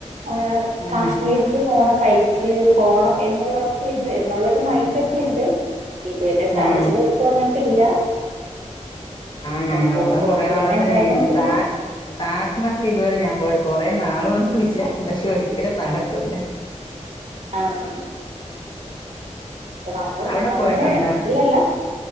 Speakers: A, on the right; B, on the left.
A: ഏഹ്
B: ഉം
A: കാശ്മീരിക്ക് പോണം ബൈക്കില് ഫോണം എന്നുള്ളതൊക്കെ ഉണ്ട് എന്നുള്ളൊരു മൈൻഡ് ഒക്കെണ്ട് ഇതുവരെ സാഹചര്യം
B: ഉം
A: ഒത്ത് വന്നിട്ടില്ല
B: ആഹ് ഞങ്ങളും
A: അപ്പോ ഒത്തു
B: കൊറെ നാളുകൊണ്ട്
A: വന്ന എന്തായാലും
B: <unintelligible>
A: പോകും
B: താജ് താജ്മഹൽ ഇതുപോലെ ഞാൻ പോയ കൊറെ നാള് കൊണ്ട് വിചാരിക്കുന്നു പക്ഷെ ഒരിക്കലും നടക്കുന്നില്ല
A: ആഹ് നമ്മൾ
B: അവിടെ
A: നമ്മൾങ്ങനെ
B: പോയിട്ടുണ്ടോ
A: ഇല്ലല്ല